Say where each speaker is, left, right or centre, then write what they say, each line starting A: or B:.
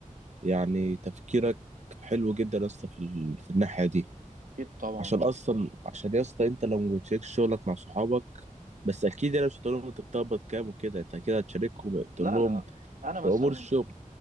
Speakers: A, on the right; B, on the right.
A: يعني تفكيرك حلو جدا يا اسطى في, ال... في الناحيه دي
B: اكيد طبعا
A: عشان
B: طبعا
A: اصلا عشان يا اسطى انت لو ما بتشاركش شغلك مع صحابك بس اكيد انا مش هتقول لهم انت بتقبض كام وكده انت كده هتشاركهم تقول
B: لا
A: لهم
B: لا انا مثلا
A: في امور الشغل